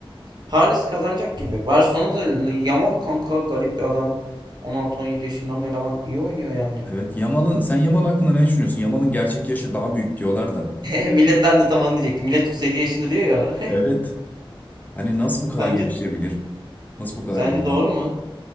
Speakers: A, on the right; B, on the left.
A: Paris kazanacak gibi. Barcelona da Yamal kanka garip bir adam. 16-17 yaşında ama eleman iyi oynuyor yani.
B: Evet Yamal'ın sen Yamal hakkında ne düşünüyorsun? Yamal'ın gerçek yaşı daha büyük diyorlar da.
A: <laughs> Millet ben de tam onu diyecektim. Millet 37 yaşında diyor ya ona.
B: Evet. Hani nasıl
A: <laughs>
B: bu kadar
A: Sence
B: gelişebilir? Nasıl bu kadar
A: sence
B: iyi?
A: doğru mu?